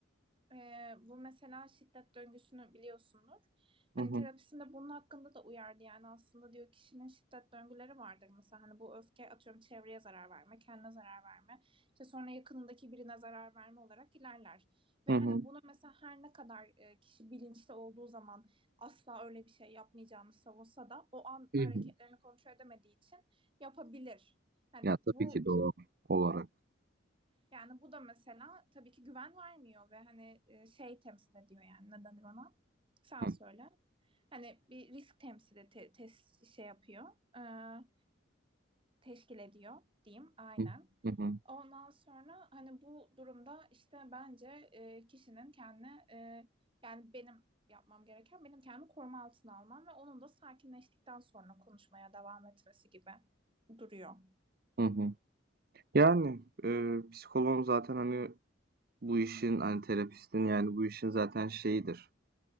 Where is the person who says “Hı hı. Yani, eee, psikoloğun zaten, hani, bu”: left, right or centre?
Right